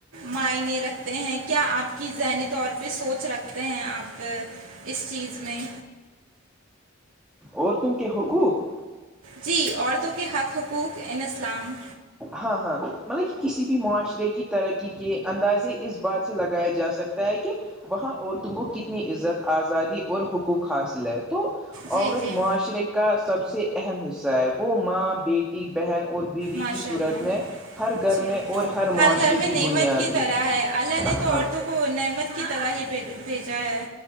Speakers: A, on the right (about 80°); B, in the centre.
A: معنے رکھتے ہیں کیا آپ کی ذہنی طور پہ سوچ رکھتے ہیں آپ اس چیز میں
B: اور تم کے حقوق
A: جی عورتوں کے حق حقوق این اسلام
B: ہاں ہاں مطلب کہ کسی بھی معاشرے کی ترقی کے اندازے اس بات سے لگایا جا سکتا ت ہے کہ وہاں عورتوں کو کتنی عزت آزادی اور حقوق حاصل ہے تو
A: جی
B: عورت
A: جی
B: معاشرے کا سب سے اہم حصہ ہے وہ ماں بیٹی بہن اور بیو و
A: ماشاء
B: کی صورت
A: اللہ
B: میں ہر گھر
A: جی
B: میں اور ہر معاشرے
A: گھر میں
B: کی
A: نعمت
B: بنیاد
A: کی طرح
B: ہوتی
A: ہے اللہ
B: ہاں
A: نے عورتوں تو کو نعمت کی طرح ہی بھی بھیجا ہے